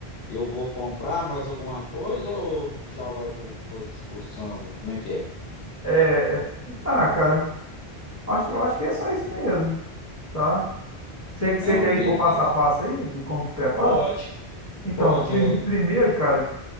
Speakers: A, on the left; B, on the left.
A: Eu vou comprar mais alguma coisa ou já vai para as instruções aí? Como é que é?
B: É, é- Ah, cara, acho, acho que é só isso mesmo, tá? Você, você
A: Não,
B: quer
A: beleza.
B: ir pro passo a passo aí, de como que prepara?
A: Pode,
B: Então,
A: pode,
B: prim-
A: eu
B: primeiro, cara,